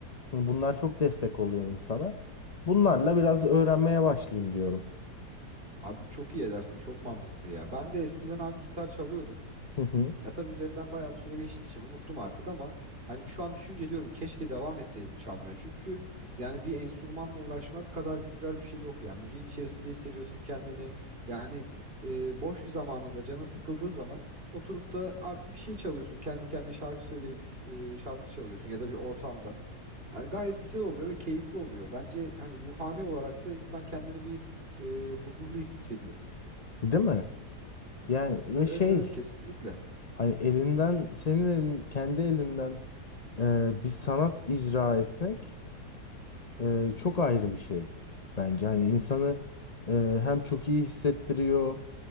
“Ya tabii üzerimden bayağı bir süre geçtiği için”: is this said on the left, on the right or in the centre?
Right